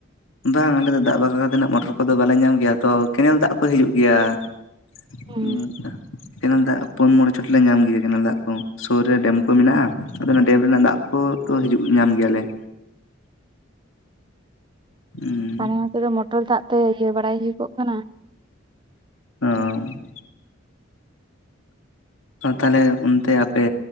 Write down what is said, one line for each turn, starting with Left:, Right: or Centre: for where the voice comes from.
Left: ᱚᱸ ᱵᱟᱝ ᱚᱞᱮ ᱫᱚ ᱫᱟᱜ ᱵᱟᱠᱷᱨᱟ ᱛᱮᱱᱟᱜ ᱢᱚᱴᱚᱨ ᱠᱚᱫᱚ ᱵᱟᱞᱮ ᱧᱟᱢ ᱜᱮᱭᱟ ᱾ ᱛᱚ ᱠᱮᱱᱮᱞ ᱫᱟᱜ ᱠᱚ ᱦᱤᱡᱩᱜ ᱜᱮᱭᱟ ᱾
Right: ᱦᱩᱸ
Left: ᱦᱮ <unintelligible> ᱠᱮᱱᱮᱞ ᱫᱟᱜ ᱯᱩᱱ ᱢᱚᱬᱮ ᱪᱷᱚᱴ ᱞᱮ ᱧᱟᱢ ᱜᱮᱭᱟ ᱠᱮᱱᱮᱞ ᱫᱟᱜ ᱠᱚ ᱥᱩᱨ ᱨᱮ, ᱰᱮᱢ ᱠᱚ ᱢᱮᱱᱟᱜ-ᱟ ᱾ ᱟᱫᱚ ᱚᱱᱟ ᱰᱮᱢ ᱨᱮᱱᱟᱜ ᱫᱟᱜ ᱠᱚ ᱛᱚ ᱦᱤᱡᱩᱜ ᱧᱟᱢ ᱜᱮᱭᱟᱞᱮ ᱾ ᱦᱩᱸ
Right: ᱟᱞᱮ ᱱᱚᱛᱮ ᱫᱚ ᱢᱚᱴᱚᱨ ᱫᱟᱜ ᱛᱮ ᱤᱭᱟᱹ ᱵᱟᱲᱟᱭ ᱦᱩᱭᱩᱜᱚᱜ ᱠᱟᱱᱟ ᱾
Left: ᱚ <unintelligible> ᱚ ᱛᱟᱦᱚᱞᱮ ᱚᱱᱛᱮ ᱟᱯᱮ